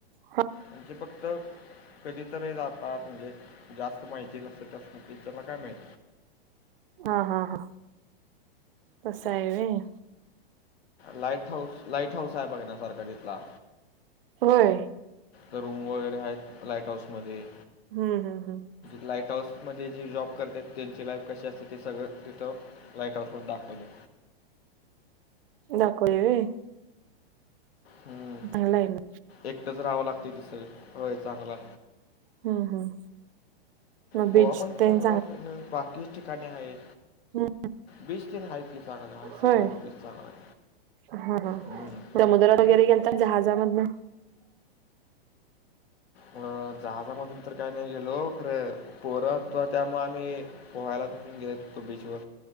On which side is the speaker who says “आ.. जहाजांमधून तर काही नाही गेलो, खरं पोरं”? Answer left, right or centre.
Left